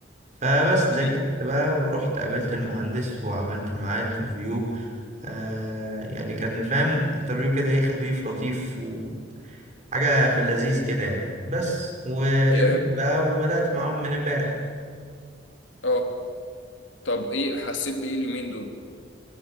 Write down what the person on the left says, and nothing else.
امم
جامد
اه طب ايه حسيت بايه اليومين دول